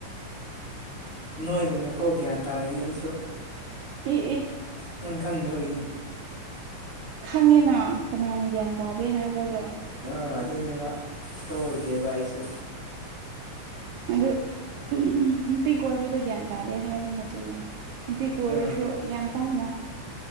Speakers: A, on the left; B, on the right.
A: ꯅꯣꯏꯒꯨꯝꯅꯀꯣ ꯒ꯭ꯌꯥꯟ ꯇꯥꯔꯤꯅꯦ ꯑꯩꯁꯨ꯫
B: ꯑꯦ ꯑꯦ꯫
A: ꯅꯪ ꯈꯪꯗꯕꯒꯤꯅꯦ꯫
B: ꯈꯪꯉꯦꯅ ꯀꯅꯥꯅ ꯒ꯭ꯌꯥꯟ ꯇꯥꯗꯦ ꯍꯥꯏꯕ꯭ꯔꯥ ꯑꯗꯣ꯫
A: ꯑ ꯑꯗꯨꯅꯦꯕ ꯀꯣꯏꯗꯦꯕ ꯑꯩꯁꯨ꯫
B: ꯑꯗꯨ ꯎꯝ ꯅꯨꯄꯤ ꯀꯣꯏꯕꯗꯣ ꯒ꯭ꯌꯥꯟ ꯇꯥꯗꯦ ꯍꯥꯏꯕ ꯅꯠꯇꯦꯅꯦ꯫ ꯅꯨꯄꯤ ꯀꯣꯢꯔꯁꯨ
A: ꯑꯥ
B: ꯒ꯭ꯌꯥꯟ ꯇꯥꯅ꯫